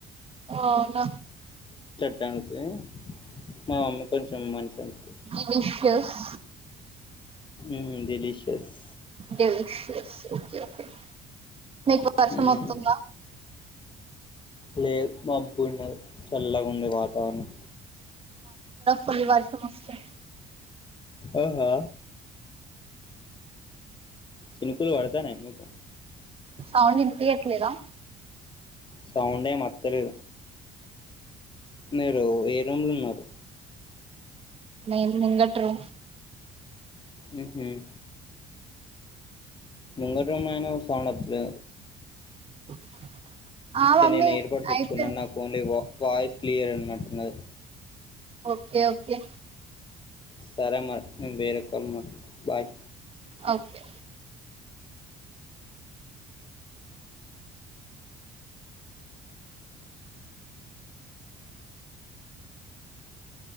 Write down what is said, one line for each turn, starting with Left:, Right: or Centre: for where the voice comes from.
Right: అవునా
Left: మంచిగానే అండుతది మా మమ్మీ కొంచెం వండుతది
Right: delicious
Left: um delicious
Right: delicious okay okay మీకు వర్షం
Left: ఉమ్
Right: అతుంద
Left: లేదు మబ్బున్నది చల్లగా ఉంది వాతావరణం
Right: పరివార్ సమస్యా
Left: అహా చిన్కులు పడతానాయా మీకు
Right: అవును వినిపియట్లేదా
Left: సౌండేమ్ అత్తలేదు మీరు ఏ రూమ్లు ఉన్నారు
Right: నేను ముకట్రు
Left: మ్మ్ హ్మ్ ముంగటా రూమ్ అయినా సౌండ్ వచ్చిది
Right: <inaudible>
Left: ఇతె
Right: మమ్మీ
Left: నేను ఇయర్బట్స్ ఎట్టుకున్నా
Right: అయిపోయింది
Left: నా ఫోన్ లో ఇవ్వక్కా వాయిస్ క్లియర్ ఉన్నట్టున్నది
Right: ఓకే ఓకే
Left: సరే మరి నేను వేరే కాల్ మాట్లాడతా బాయ్
Right: ఒకే